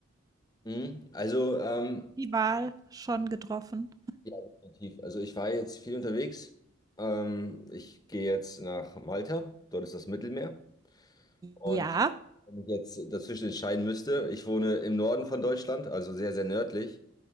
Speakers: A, on the left; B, on the right.
A: Mhm. Also, ähm,
B: die Wahl schon getroffen?
A: ja, definitiv. Also ich war jetzt viel unterwegs. Ähm, ich gehe jetzt nach Malta, dort ist das Mittelmeer. Und
B: Ja,
A: wenn ich jetzt dazwischen entscheiden müsste, ich wohne im Norden von Deutschland, also sehr, sehr nördlich.